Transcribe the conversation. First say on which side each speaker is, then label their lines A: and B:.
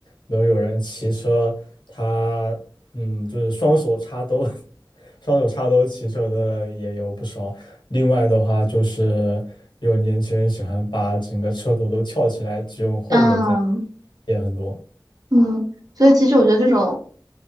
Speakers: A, on the left (about 75°); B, on the right (about 50°).
A: 比如有人骑车，他嗯，就是双手插兜，<laughs> 双手插兜骑车的也有不少。另外的话，就是有年轻人喜欢把整个车头都翘起来，只用后轮在，
B: 嗯
A: 也很多。
B: 嗯，所以其实我觉得这种